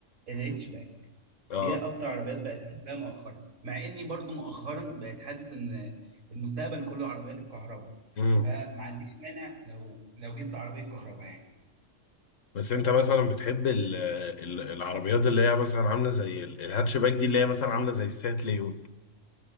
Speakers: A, on the right (about 70°); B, on the left (about 75°).
A: الاتش باك
B: اه
A: دي أكتر عربيات بقت أحبها مؤخرا مع إني برضه مؤخرا بقت حاسس إن المستقبل كله عربيات الكهرباء
B: امم
A: فما عنديش مانع لو لو جبت عربية كهرباء يعني
B: بس انت مثلا بتحب ال- ال- العربيات اللي هي مثلا عامله زي ال- الهاتشباك دي اللي هي مثلا عامله زي السات ليون